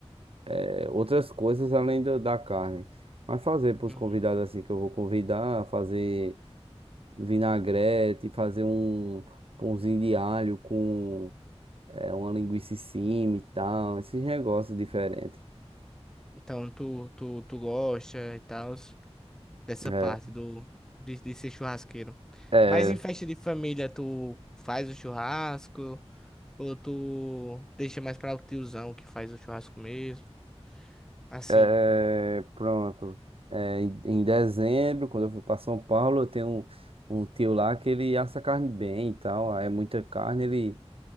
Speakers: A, on the right; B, in the centre.
A: eh, outras coisas além do- da carne. Mas fazer para os
B: Uhum.
A: convidados assim que eu vou convidar, fazer vinagrete, fazer um pãozinho de alho com É uma linguiça em cima e tal, esses negócios diferentes.
B: Então tu, tu, tu gosta e tal. dessa
A: É,
B: parte do de, de ser churrasqueiro.
A: é,
B: Mas em festa de família, tu faz o churrasco ou tu deixa mais para o tiozão que faz o churrasco mesmo? Assim.
A: é, pronto. É, em, em dezembro, quando eu fui para São Paulo, eu tenho um, um tio lá que ele assa carne bem e tal. Aí é muita carne, ele